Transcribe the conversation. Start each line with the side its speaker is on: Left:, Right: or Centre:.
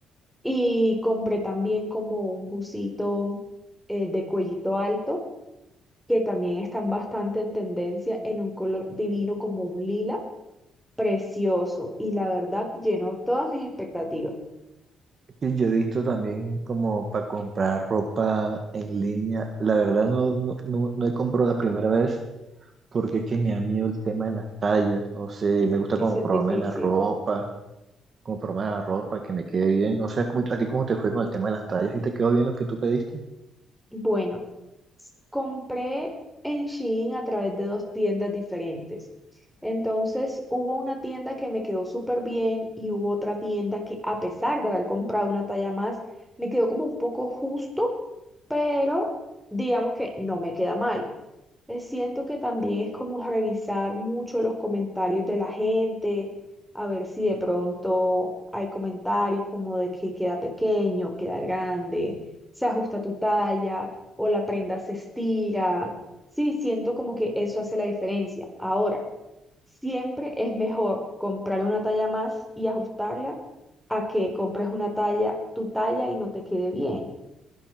Centre: Y compré también como un busito eh, de cuellito alto que también están bastante en tendencia en un color divino como un lila, precioso y la verdad llenó todas mis expectativas.
Right: Sí, yo he visto también como para comprar ropa en línea. La verdad no, no, no, no he comprado la primera vez porque es que me da miedo el tema de las tallas. No sé, me gusta
Centre: Eso
Right: como
Centre: es
Right: probarme
Centre: difícil.
Right: la ropa, como probarme la ropa, que me quede bien. No sé, ¿cómo- ¿a ti cómo te fue con el tema de las tallas? ¿Y te quedó bien lo que tú pediste?
Centre: Bueno. compré en Shein a través de dos tiendas diferentes. Entonces, hubo una tienda que me quedó súper bien y hubo otra tienda que, a pesar de haber comprado una talla más, me quedó como un poco justo, pero digamos que no me queda mal. Eh, Siento que también es como revisar mucho los comentarios de la gente, a ver si de pronto hay comentarios como de que queda pequeño, queda grande, se ajusta tu talla o la prenda se estira. Sí, siento como que eso hace la diferencia. Ahora, siempre es mejor comprar una talla más y ajustarla a que compres una talla, tu talla y no te quede bien.